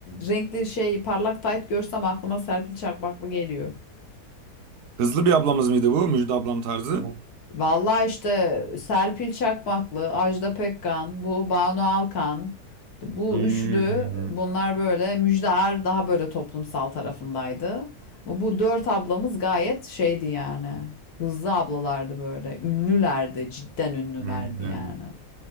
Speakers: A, on the left; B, on the right.
A: renkli şey parlak tayt görsem aklıma Serpil Çakmaklı geliyor.
B: Hızlı bir ablamız mıydı bu? Müjde ablam tarzı.
A: Vallahi işte Serpil Çakmaklı, Ajda Pekkan, bu Banu Alkan, bu
B: Hmm.
A: üçlü bunlar böyle Müjde Ar daha böyle toplumsal tarafındaydı. Ama bu dört ablamız gayet şeydi yani. Hızlı ablalardı böyle. Ünlülerdi, cidden ünlülerdi
B: Hmm.
A: yani.